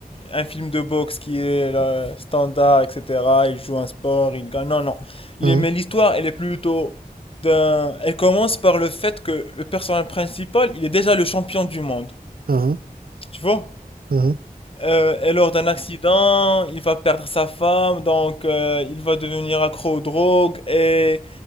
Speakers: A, on the left (about 35°); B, on the right (about 70°).
A: un film de boxe qui est là, standard, etc. Il joue un sport, il gagne. Non, non.
B: Hein,
A: Les- Mais l'histoire, elle est plutôt d'un. Elle commence par le fait que le personnage principal, il est déjà le champion du monde.
B: hein,
A: Tu vois?
B: hein,
A: Euh, et lors d'un accident, il va perdre sa femme, donc euh, il va devenir accro aux drogues. Et